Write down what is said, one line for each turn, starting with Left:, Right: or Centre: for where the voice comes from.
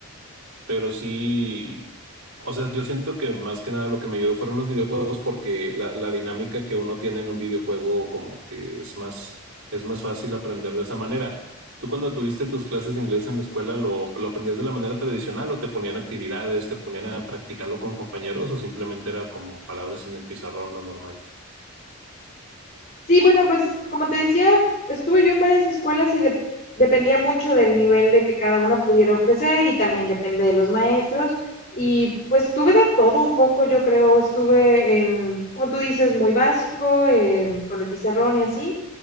Right: pero sí, o sea, yo siento que más que nada lo que me ayudó fueron los videojuegos porque la, la dinámica que uno tiene en un videojuego como que es más, es más fácil aprender de esa manera. ¿Tú cuando tuviste tus clases de inglés en la escuela lo, lo aprendías de la manera tradicional o te ponían actividades, te ponían a practicarlo con compañeros o simplemente era como palabras en el pizarrón, lo normal?
Left: Sí, bueno, pues como te decía, estuve yo en varias escuelas y de- dependía mucho del nivel de que cada una pudiera ofrecer y también depende de los maestros. Y pues tuve de todo un poco, yo creo, estuve en, como tú dices, muy básico, en- con el pizarrón y así.